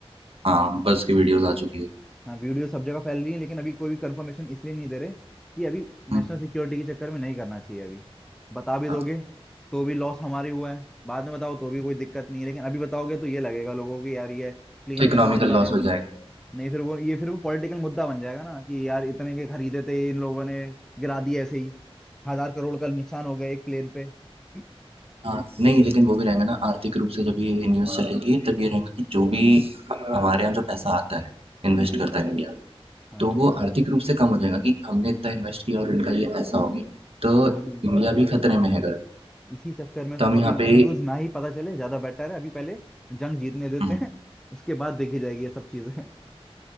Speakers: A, on the right; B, in the centre.
A: हाँ, बस की वीडियोज़ आ चुकी है।
B: हाँ वीडियो सब जगह फैल रही है लेकिन अभी कोई भी कंफर्मेशन इसलिए नहीं दे रहे कि अभी
A: हुँ,
B: नेशनल सिक्योरिटी के चक्कर में नहीं करना चाहिए अभी बता भी
A: हाँ,
B: दोगे तो भी लॉस हमारी हुआ है बाद में बताओ तो भी कोई दिक्कत नहीं है लेकिन अभी बताओगे तो ये लगेगा लोगों को कि यार ये क्लीन
A: तो इकोनॉमिकल
B: नहीं संभाल पा
A: लॉस
B: रहे
A: हो जाएगा।
B: नहीं फिर वो ये फिर वो पॉलिटिकल मुद्दा बन जाएगा ना कि यार इतने के खरीदे थे इन लोगों ने गिरा दिए ऐसे ही हजार करोड़ का नुकसान हो गया एक प्लेन पे हाँ
A: हाँ, नहीं लेकिन वो भी रहेंगा ना आर्थिक रूप से जब ये न्यूज़ चलेगी तब ये रहेगा कि जो भी हमारे यहाँ जो पैसा आता है, इन्वेस्ट
B: हाँ
A: करता है इंडिया,
B: हाँ,
A: तो वो आर्थिक रूप से कम हो जाएगा कि हमने इतना इन्वेस्ट किया और इनका ये ऐसा हो गया। तो
B: वही
A: इंडिया भी खतरे में है अगर,
B: इसी चक्कर में
A: तो
B: तो
A: हम
B: वो
A: यहाँ
B: अभी
A: पे
B: न्यूज ना ही पता चले ज्यादा बेटर है अभी पहले जंग जीतने देते
A: हुँ,
B: हैं उसके बाद देखी जाएगी ये सब चीजें